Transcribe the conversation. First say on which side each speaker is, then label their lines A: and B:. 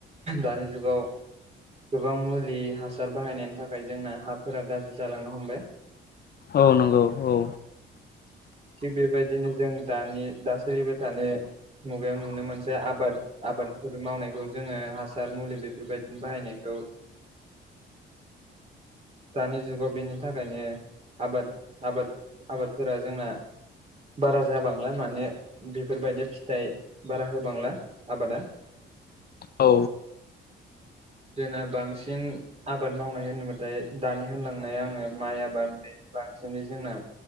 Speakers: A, on the right; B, on the left.
A: दानि जुगाव गोबां मुलि हासार बाहायनायनि थाखाय जोंना हाफोरा गाज्रि जालांनो हमबाय
B: औ नंगौ औ
A: थिग बेबायदिनो जों दानि दा सोलिबाय थानाय मुगायाव नुनो मोनसे आबाद आबादफोर मावनायखौ जोङो हासार मुलि बेफोरबायदिनो बाहायनायखौ औ दानि जुगाव बेनि थाखायनो आबाद आबाद आबादफोरा जोंना बारा जाबांलाय माने बेफोरबायदि फिथाय बारा होबांला आबादा
B: औ
A: जोंना बांसिन आबाद मावनाय होनोबाथाय दानि होनलांनाय आङो माइ आबाद बे आबाद बांसिनै जोंना